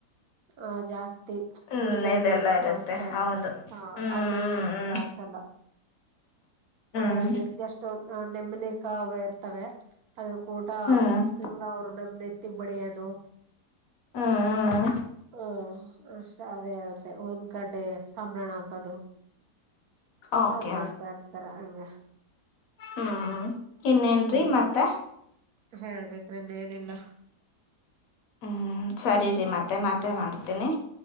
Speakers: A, on the right; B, on the left.
A: ಆಹ ಜಾಸ್ತಿ
B: ಹ್ಮ್
A: ಗುಡಿಯಲ್ಲಿ
B: ಇದೆಲ್ಲ
A: ಎಲ್ಲಾ ಕಾಣಸ್ತಾ ಇರುತ್ತೆ
B: ಹೌದು
A: ಹಾ
B: ಹ್ಮ್
A: ಅಲ್ಲೆ ಏನು
B: ಹ್ಮ್
A: ಅದು ಕಾಣಸಲ್ಲಾ
B: ಹ್ಮ್
A: ಅದರಲ್ಲಿ ಎಷ್ಟು ನೆಂಬಲಿ ಕಾವ ಇರ್ತಾವೆ. ಅದ್ರ ಕೋಟಾ
B: ಹ್ಮ್ ಹ್ಮ್
A: ಹಿಂಗ ಅವರು ನಮ್ದ್ ನೆತ್ತಿಗ್ ಬಡಿಯೋದು
B: ಹುಂ ಹುಂ
A: ಹ ಅಷ್ಟೇ ಅದೇ ಇರುತ್ತೆ ಊದ್ದ ಕಡ್ಡಿ ಸಂಬ್ರಾಣಿ ಆಕೋದು
B: ಓಕೆ
A: ಅವು ಮಾಡ್ತಾ ಇರ್ತಾರ ಹಂಗ
B: ಹುಂ ಇನ್ನೇನ್ರಿ
A: ಹ್ಮ್
B: ಮತ್ತ
A: ಹೇಳ್ಬೇಕ್ರಿ ಇನೆನಿಲ್ಲಾ
B: ಹ್ಮ್ ಸರಿ ರಿ ಮತ್ತೆ ಮತ್ತೆ ಮಾಡ್ತೀನಿ